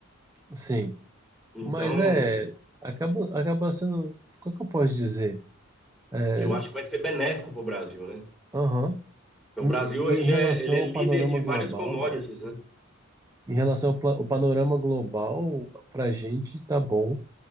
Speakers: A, on the right; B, in the centre.
A: sim.
B: Então,
A: Mas é, acaba, acaba sendo, como é que eu posso dizer? É,
B: eu acho que vai ser benéfico para o Brasil, né?
A: aham.
B: Porque
A: N-
B: O Brasil,
A: Em
B: ele
A: relação
B: é, ele é
A: ao
B: líder
A: panorama
B: de várias
A: global,
B: commodities,
A: né?
B: né?
A: Em relação ao pla- o panorama global, para a gente tá bom,